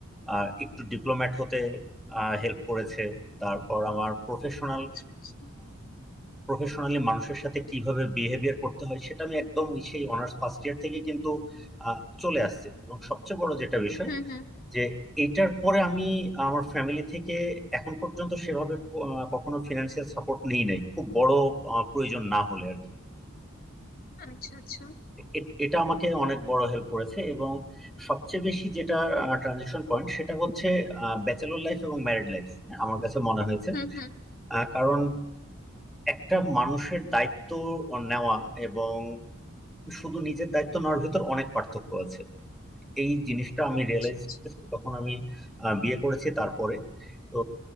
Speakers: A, in the centre; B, on the left.
A: আহ, একটু ডিপ্লোম্যাট হতে হেল্প করেছে তারপর আমার প্রফেশনাল
B: আচ্ছা আচ্ছা
A: প্রফেশনালি মানুষের সাথে কিভাবে বিহেভিয়ার করতে হয় সেটা আমি একদম সেই অনার্স ফার্স্ট ইয়ার থেকে কিন্তু আহ, চলে আসছে এবং সবচেয়ে বড় যেটা বিষয়
B: হুম হুম
A: যে এটার পরে আমি আমার ফ্যামিলি থেকে এখন পর্যন্ত সেভাবে ক- আহ কখনো ফিনান্সিয়াল সাপোর্ট নিই নাই খুব বড় আহ, প্রয়োজন না হলে আর কি
B: আচ্ছা আচ্ছা
A: এ- এটা আমাকে অনেক বড় হেল্প করেছে এবং সবচেয়ে বেশি যেটা ট্রানজিশন পয়েন্ট সেটা হচ্ছে ব্যাচেলর লাইফ এবং ম্যারিড লাইফ আমার কাছে মনে হয়েছে
B: হুম হুম
A: আহ, কারণ একটা মানুষের দায়িত্ব নেওয়া এবং শুধু নিজের দায়িত্ব নেওয়ার ভিতর অনেক পার্থক্য আছে এই জিনিসটা আমি
B: আচ্ছা
A: রিয়েলাইজ
B: আচ্ছা
A: করেছি তখন আমি আহ, বিয়ে করেছি তারপরে তো